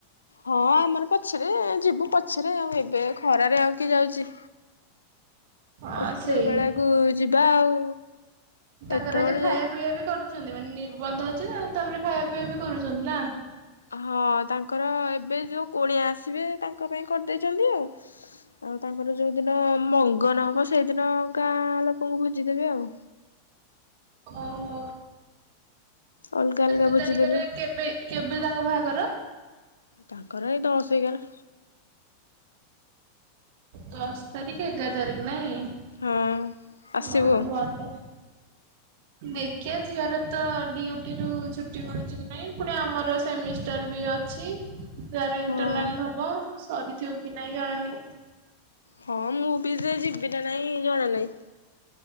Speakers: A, on the left; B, on the right.
A: ହଁ ଆମର ପଛରେ ଯିବୁ ପଛରେ ଆଉ ଏବେ ଖରାରେ ଆଉ କିଏ ଯାଉଚି।
B: ହଁ
A: ଉପ୍ତର
B: ସେଇ
A: ବେଳାକୁ ଯିବା ଆଉ।
B: ତାଙ୍କର
A: ଏତେବେଳେ
B: ଆଜି ଖାଇବା
A: ଯାଇ
B: ପିଇବା ବି କରୁ ଛନ୍ତି ମାନେ ନିର୍ବନ୍ଧ ଅଛି ତାପରେ ଖାଇବା ପିଇ ବି କରୁଚନ୍ତି ନା?
A: ହଁ ତାଙ୍କର ଏବେ ଯୋଉ କୁଣିଆ ଆସିବେ ତାଙ୍କ ପାଇଁ କରିଦେଇଚନ୍ତି ଆଉ। ଆଉ ତାଙ୍କର ଯୋଉଦିନ ମଂ ଗନ ହବ ସେଇଦିନ ଗାଁ ଲୋକଙ୍କୁ ଭୋଜିଦେବେ ଆଉ।
B: ଓହୋ।
A: ଅଲଗା ଅଲଗା
B: କେତେ
A: ଭୋଜି
B: ତାରିଖରେ
A: ଦେବେ
B: କେବେ କେବେ ତାଙ୍କ ବାହାଘର?
A: ତାଙ୍କର ଏ ଦଶ୍ ଏଗାର।
B: ଦଶ ତାରିଖି ଏଗାର ତାରିଖ। ନାଇଁ
A: ହଁ ଆସିବୁ
B: ହଁ ଭଲ। ଦେଖିବା ଝିଅର ତ ଡିଉଟି ରୁ ଛୁଟି ମିଳୁଛି କି ନାହିଁ ପୁଣି ଆମର ସେମିଷ୍ଟାର ବି ଅଛି ତାର ଇଣ୍ଟରନାଲ
A: ହଁ।
B: ହବ ସରିଥିବ କି ନାଇଁ ଜଣାନି।
A: ହଁ ମୁଁ ବି ସେ ଯିବି ନା ନାଇଁ ଜଣା ନାହିଁ।